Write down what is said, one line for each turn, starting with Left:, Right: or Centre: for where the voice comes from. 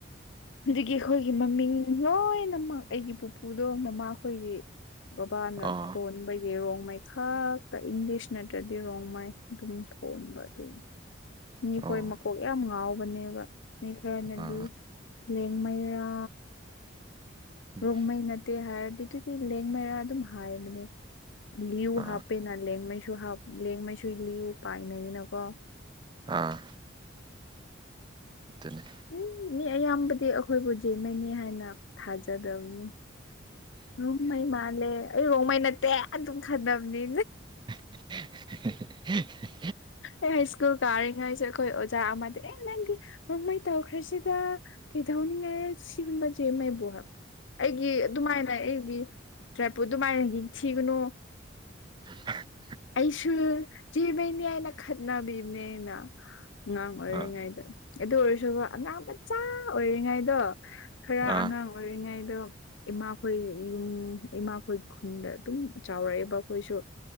Left: ꯑꯗꯨꯗꯒꯤ ꯑꯩꯈꯣꯏꯒꯤ ꯃꯃꯤꯡ ꯂꯣꯏꯅꯃꯛ ꯑꯩꯒꯤ ꯄꯨꯄꯨꯗꯣ ꯃꯃꯥꯈꯣꯏꯒꯤ ꯕꯕꯥ ꯅ
Right: ꯑꯣ
Left: ꯊꯣꯟꯕꯩ ꯔꯣꯡ ꯃꯩ ꯈꯥꯛꯇ ꯏꯪꯂꯤꯁ ꯅꯠꯇ꯭ꯔꯗꯤ ꯔꯣꯡꯃꯥꯏ ꯑꯗꯨꯝ ꯊꯣꯟꯕ ꯑꯗꯨꯅꯤ ꯃꯤꯈꯣꯏ
Right: ꯑꯣ
Left: ꯃꯀꯣꯛ ꯌꯥꯝ ꯉꯥꯎꯕꯅꯦꯕ ꯃꯤ ꯈꯔꯅꯗꯤ
Right: ꯑꯥ
Left: ꯂꯦꯡꯃꯩꯔꯥ
Right: ꯎꯝ
Left: ꯔꯣꯡꯃꯩꯅ ꯍꯥꯏꯔꯗꯤ ꯑꯗꯨꯗꯤ ꯂꯦꯡ ꯃꯔꯥ ꯑꯗꯨꯝ ꯍꯥꯏꯕꯅꯦ ꯂꯨ
Right: ꯑꯥ
Left: ꯍꯥꯞꯄꯦꯅ ꯂꯦꯡ ꯂꯦꯡꯉꯩꯁꯨ ꯂꯤꯌꯨ ꯄꯥꯏꯅꯩꯅꯀꯣ
Right: ꯑꯥ ꯑꯗꯨꯅꯤ
Left: ꯎꯝ ꯃꯤ ꯑꯌꯥꯝꯕꯗꯤ ꯑꯩꯈꯣꯏꯕꯨ ꯖꯃꯩꯅꯤ ꯍꯥꯏꯅ ꯊꯥꯖꯗꯕꯅꯤ ꯔꯣꯡꯃꯩ ꯃꯥꯜꯂꯦ ꯑꯩ ꯔꯣꯡꯃꯩ ꯅꯠꯇꯦ ꯑꯗꯨꯝ ꯈꯠꯅꯕꯅꯤ
Right: <unintelligible>
Left: ꯑꯦ ꯍꯥꯏ ꯁ꯭ꯀꯨꯜ ꯇꯥꯔꯤꯉꯩꯁꯦ ꯑꯩꯈꯣꯏ ꯑꯣꯖꯥ ꯑꯃꯗꯤ ꯑꯦ ꯅꯪꯗꯤ ꯃꯣꯡꯃꯩ ꯇꯧꯈ꯭ꯔꯦꯁꯤꯗ ꯀꯩꯗꯧꯍꯅꯤ ꯁꯤꯟꯕꯁꯦ <unintelligible> ꯑꯩꯒꯤ ꯑꯗꯨꯃꯥꯏꯅ ꯑꯩꯒꯤ ꯇ꯭ꯔꯥꯏꯄꯨ ꯑꯗꯨꯃꯥꯏꯅ ꯌꯦꯡꯊꯤꯒꯅꯨ
Right: <unintelligible>
Left: ꯑꯩꯁꯨ ꯖꯤꯕꯩꯅꯦ ꯍꯥꯏꯅ ꯈꯠꯅꯕꯤꯕꯅꯦ ꯑꯩꯅ ꯑꯉꯥꯡ ꯑꯣꯏꯔꯤꯉꯩꯗꯣ
Right: ꯑꯥ
Left: ꯑꯗꯨ ꯑꯣꯏꯔꯁꯨꯕ ꯑꯉꯥꯡ ꯃꯆꯥ ꯑꯣꯏꯔꯤꯉꯩꯗꯣ ꯈꯔ
Right: ꯑꯥ
Left: ꯑꯉꯥꯡ ꯑꯣꯏꯔꯤꯉꯩꯗꯣ ꯏꯃꯥꯈꯣꯏ ꯌꯨꯝ ꯏꯃꯥꯈꯣꯏ ꯈꯨꯟꯗ ꯑꯗꯨꯝ ꯆꯥꯎꯔꯛꯑꯦꯕ ꯑꯩꯈꯣꯏꯁꯨ